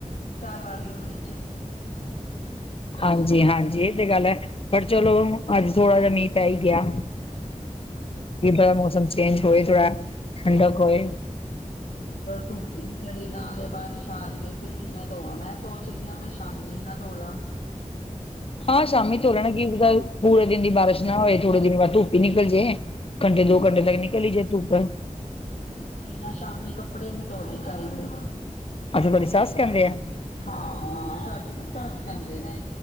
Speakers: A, on the left (about 80°); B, on the left (about 45°).
A: ਚਾਰ ਵਾਰੀਂ ਨੂੰ ਵਿੱਚ।
B: ਹਾਂਜੀ ਹਾਂਜੀ ਇਹ ਤੇ ਗੱਲ ਹੈਂ। ਪਰ ਚਲੋਂ ਅੱਜ਼ ਥੋੜ੍ਹਾਂ ਜਿਹਾਂ ਮੀਂਹ ਪੈ ਹੀ ਗਿਆਂ। ਕਿ ਇਦਾਂ ਦਾ ਮੌਸਮ ਚੇਂਜ ਹੋਏ ਥੋੜਾਂ ਠੰਡਕ ਹੋਏ।
A: ਧੁੱਪ ਹੀ ਨੀਂ ਚੜੀ ਨਾਲ਼ੇ ਬਾਰਿਸ਼ ਆ ਰਹੀ ਹੈਂ। ਫ਼ਿਰ ਕਿਵੇਂ ਤੋਵਾਂ ਮੈਂ ਸੋਚ ਰਹੀ ਹਾਂ ਮੈਂ ਸ਼ਾਮੀ ਹੀ ਨਾ ਤੋਲਾਂ।
B: ਹਾਂ ਸ਼ਾਮੀ ਤੋਲਣਾ ਕਿ ਪਤਾਂ ਪੂਰੇ ਦਿਨ ਦੀ ਬਾਰਿਸ਼ ਨਾ ਹੋਏ। ਥੋੜੇ ਦੇਰ ਬਾਅਦ ਧੁੱਪ ਹੀ ਨਿਕਲ਼ ਜੇ। ਘੰਟੇ ਦੋ ਘੰਟੇ ਤੱਕ ਨਿਕਲ ਹੀ ਜੇ ਧੁੱਪ।
A: ਨਾ ਸ਼ਾਮੀ ਕੱਪੜੇ ਨੀ ਧੌਨੇ ਚਾਹੀਦੇ
B: ਅੱਛਾ ਤੁਹਾਡੀ ਸੱਸ ਕਹਿੰਦੇ ਆ
A: ਹਾਂ-ਹਾਂ ਸਾਡੀ ਨਾ ਸੱਸ ਕਹਿੰਦੇ ਨੇ।